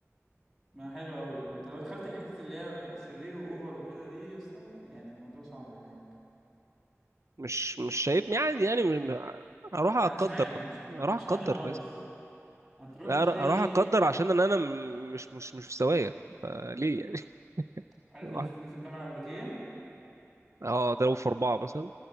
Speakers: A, in the centre; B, on the right (about 70°).
A: ما حلو قوي انت لو دخلت الحتة اللي هي شرير واوفر وكده دي يا اسطى يعني الموضوع صعب هناك
B: مش مش شايف يعني يعني م- م- اروح اقدر
A: لا مش عادي مش
B: اروح
A: مش
B: اقدر
A: عادي خالص هتروح
B: اروح
A: تلاقي
B: اقدر عشان ان انا م- مش مش مش في سوايا فليه يعني <laughs>
A: عارف
B: أروح-
A: اللي شفناه في الجامعة الأمريكية
B: اه اضربه في اربعه مثلا